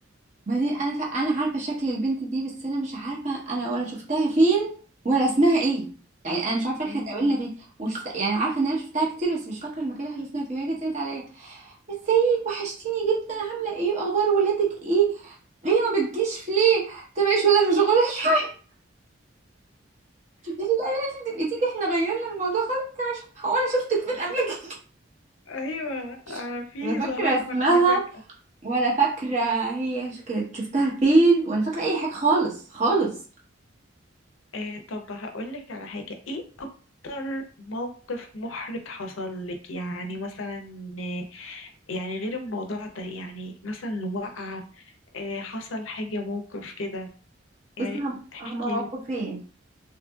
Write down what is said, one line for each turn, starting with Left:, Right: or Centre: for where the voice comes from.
Right: بعدين انا ف... انا عارفه شكل البنت دي بس انا مش عارفه انا ولا شفتها فين ولا اسمها ايه يعني انا مش عارفه احنا
Left: مم.
Right: اتقابلنا فين وشفت يعني عارفه ان انا شفتها كتير بس مش فاكره المكان اللي إحنا شفناها فيه وهي جت قالت عليا ازيك وحشتيني جدا عامله ايه واخبار ولادك ايه ليه ما بتجيش ليه انت مش ولا مشغوله شويه <laughs> قالت لي بقى لازم تبقي تيجي احنا غيرنا الموضوع خالص انت مش هو انا شفتك فين قبل كده
Left: ايوه آه،
Right: <laughs>
Left: في
Right: انا فاكره
Left: زهايمر
Right: اسمها
Left: جه فجأة.
Right: ولا فاكره هي ش- كانت شفتها فين ولا فاكره اي حاجه خالص خالص
Left: آه طب هقول لك على حاجه ايه اكتر موقف محرج حصل لك يعني مثلا آه، يعني غير الموضوع ده يعني مثلا وقعه آه، حصل حاجه موقف كده يعني
Right: بس هم-
Left: احكي
Right: هما موقفين